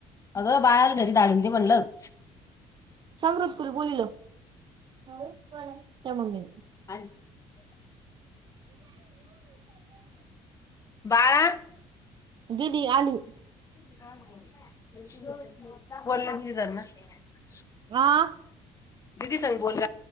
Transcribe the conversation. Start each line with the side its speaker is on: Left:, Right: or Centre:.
Left: अगं बाळाार घरी दाडून दे म्हणलंच
Right: समृत कुल बोलल त्या मम्मी
Left: <unintelligible> बाळा
Right: दिली आली
Left: <unintelligible>
Right: <unintelligible>
Left: दिदी सग बोल